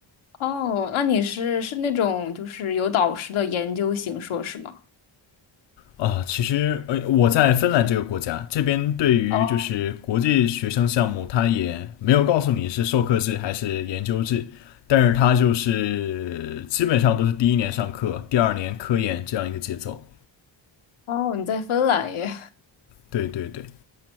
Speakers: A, on the left; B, on the left.
A: 哦，那你是是那种就是有导师的研究型硕士吗？
B: 啊，其实呃我在芬兰这个国家，这边对于就是国际学生项目，
A: 哦
B: 它也没有告诉你是授课制还是研究制，但是它就是基本上都是第一年上课，第二年科研这样一个节奏。
A: 哦，你在芬兰耶，
B: 对对对。